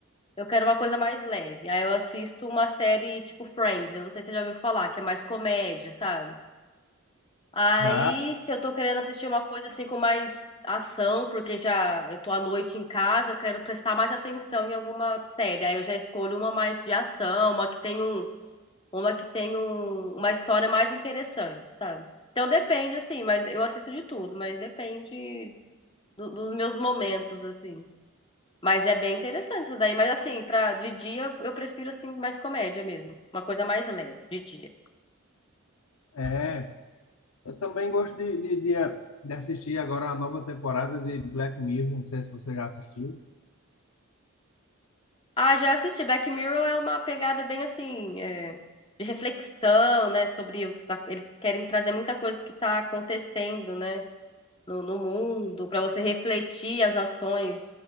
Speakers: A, on the left (about 25°); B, on the left (about 75°).
A: eu quero uma coisa mais leve. Aí eu assisto uma série tipo Friends, eu não sei se você já ouviu falar, que é mais comédia, sabe? Aí,
B: Já,
A: se eu tô querendo assistir uma coisa assim com mais ação, porque já eu tô à noite em casa, eu quero prestar mais atenção em alguma série. Aí eu já escolho uma mais de ação, uma que tem um, uma que tem um, uma história mais interessante, sabe? Então depende assim, mas eu assisto de tudo, mas depende do- dos meus momentos assim. Mas é bem interessante isso daí, mas assim, para de dia eu prefiro assim mais comédia mesmo, uma coisa mais leve de dia.
B: é. Eu também gosto de, de, de, de assistir agora a nova temporada de Black Mirror. Não sei se você já assistiu.
A: Ah, já assisti. Black Mirror é uma pegada bem assim, é, de reflexão, né, sobre o que tá, eles querem trazer muita coisa que está acontecendo, né, no, no mundo, para você refletir as ações